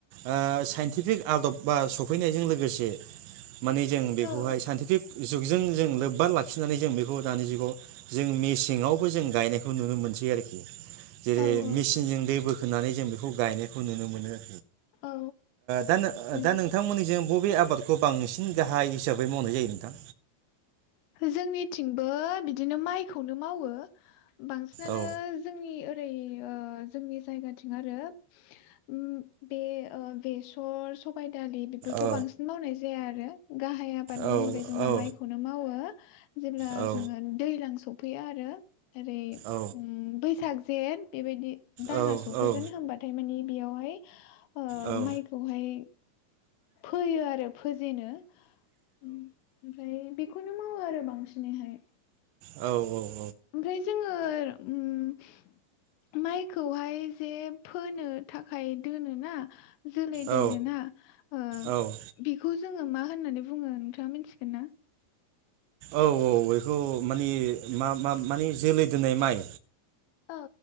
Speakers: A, on the right; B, on the left.
A: ओ साइन्टि टिक आदब बा सफैनायजों लोगो गोसे माने जों बेवहाय
B: औ
A: सान्टिफिक जुग जों जों लोब्बा लाखिनानै जों बेखौ दानि जुगाव जों मेसेङावबो जों गायनायखौ नुनो मोनसै आरोखि जेरै
B: औ औ
A: मेचिनजों दै बोख खोनानै जों बेखौ गायनायखौ नुनो मोनो ओ
B: औ
A: दा नो
B: उम
A: दा नोंथांमोननिजों बब बे आबादखौ बांसिन गाहाय हिसाब बै मावनाय जायो नोंथां
B: जोंनिथिंबो बिदिनो माइखौनो मावो बांसिनानो
A: औ
B: जोंनि ओरै ओ जोंनि जायगाथिं आरो उम बे ओ बेसर सबाइ दालि बेफोरखौ
A: औ
B: बांसिन मावनाय जाया आरो गाहाय आबाद
A: औ
B: महरै जोंना
A: औ
B: माइखौनो मावो जेब्ला
A: औ
B: जोङो दैलां सफैया आरो ओरै
A: औ
B: उम बैसाग जेत बेबायदि दाना
A: औ
B: सफैगोन होमबाथाय माने बेयावहाय ओ
A: औ
B: माइखौहाय फोयो आरो फोजेनो ओम ओमफ्राय बेखौनो मावो आरो बांसिनैहाय
A: औ-औ
B: ओमफ्राय जोङो उम माइ खौहाय जे फोनो थाखाय दोनो ना जोलै दोनोना
A: औ
B: ओ
A: औ
B: बेखौ जोङो मा मा होननानै बुङो नोंथाङा मिथिगोन ना
A: औ-औ बेखौ मानि मा मा माने जोलै दोननाय माइ
B: औ